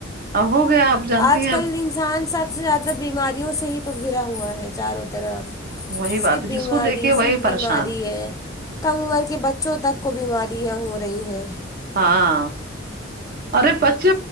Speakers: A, on the right; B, on the left.
A: اب ہو گیا آپ جانتی
B: آج
A: ہیں
B: کل
A: اب
B: انسان سب سے زیادہ بیماریوں سے ہی تو گھرا ہوا ہے چاروں طرف
A: وہی
B: صرف
A: بات ہے
B: بیماری
A: جس کو دیکھیے
B: صرف
A: وہی
B: بیماری
A: پریشان
B: ہے کم عمر کے بچوں تک کو بیماریاں ہو رہی ہیں
A: ہاں ارے بچے